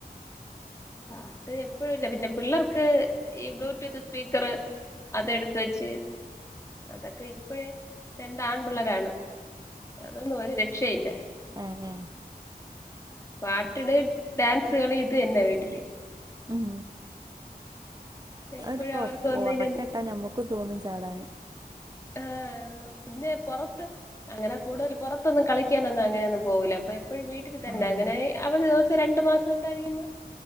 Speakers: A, on the left (about 20°); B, on the right (about 25°).
A: പാട്ട് എപ്പഴുംല്ല പിന്നെ പിള്ളേർക്ക് ഈ ബ്ലൂടൂത്ത് സ്പീക്കറ് അതെടുത്ത് വെച്ച് അതൊക്കെ ഇപ്പഴേ രണ്ടാൺപിള്ളാരാണ് അതൊന്നും ഒരു രക്ഷയില്ല
B: ആ ആ
A: പാട്ടിട് ഡാൻസ്കളി ഇത് തന്നെ വീട്ടില്
B: ഉം <unintelligible>
A: എപ്പഴും അവർക്ക് ഒന്നിന്
B: ഒറക്കെ ട്ടാ ഞമ്മക്കും തോന്നും ചാടാന്
A: ആ പിന്നെ പൊറത്ത് അങ്ങനെ കൂടുതല് പൊറത്തൊന്നും കളിക്കാനൊന്നും അങ്ങനെയൊന്നും പോകൂല്ല അപ്പ പ്പഴും വീട്ടിൽ തന്നെ
B: ആഹ്
A: അങ്ങനെ അവധി ദിവസം രണ്ടു മാസം ഉണ്ടായിരിക്ക്ന്ന്